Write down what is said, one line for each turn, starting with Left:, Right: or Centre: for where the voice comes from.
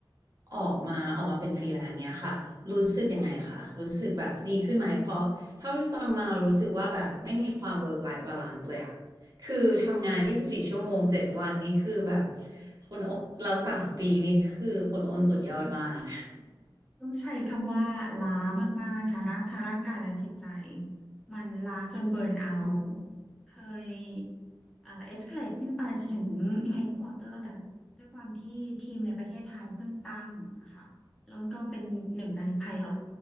Right: ออกมาออกมาเป็นฟรีแลนซ์เงี้ยค่ะรู้สึกยังไงคะรู้สึกแบบดีขึ้นไหมเพราะเท่าที่ฟังมาเรารู้สึกว่าแบบไม่มีความ work life balance เลยอะคือทำงาน 24 ชั่วโมง7วันนี่คือแบบคุณโอเราสามปีนี่คือคุณโอนสุดยอดมาก
Centre: ต้องใช้คำว่าล้ามากๆค่ะร่างทางร่างกายและจิตใจมันล้าจนเบิร์นเอาท์
Right: <laughs>
Centre: เคยเอ่อเอ็กซ์เคลดขึ้นไปจนถึงเฮดควอเตอร์แต่ด้วยความที่ทีมในประเทศไทยเพิ่งตั้งอะค่ะแล้วก็เป็นหนึ่งในไพลอต